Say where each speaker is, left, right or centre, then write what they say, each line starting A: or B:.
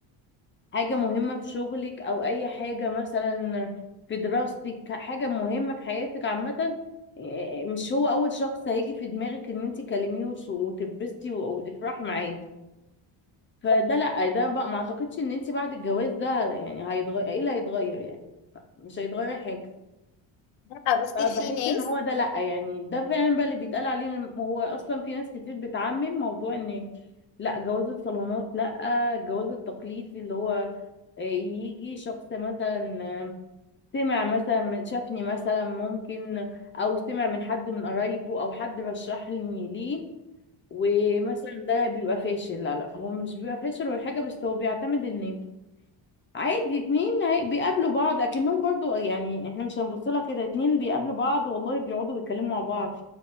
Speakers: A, on the left; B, on the left.
A: حاجة مهمة في شغلك او اي حاجة مثلا في دراستك حاجة مهمة في حياتك عامة آه، آه، مش هو اول شخص هيجي في دماغك ان انتي تكلميه وت- وتتبسطي و- وتفرحي معاه فده
B: بالظبط.
A: لا ده بقى ما اعتقدش ان انتي بعد الجواز ده يعني هيتغير ايه اللي هيتغير يعني مش هيتغير حاجة
B: لأ، بصي
A: فبحس
B: في ناس
A: ان هو ده لا يعني ده فعلا بقى اللي بيتقال عليه إن هو اصلا في ناس كتير بتعمم موضوع ان لا جواز الصالونات لا الجواز التقليدي اللي هو يجي شخص مثلا سمع مثلا من شافني مثلا ممكن او سمع من حد من قرايبه او حد رشحني ليه ومثلا ده بيبقى فاشل لا لا هو مش بيبقى فاشل ولا حاجه بس هو بيعتمد ان عادي اتنين هي- بيقابلوا بعض اكنهم برضو يعني احنا مش هنبص لها كده اتنين بيقابلوا بعض والله بيقعدوا بيتكلموا مع بعض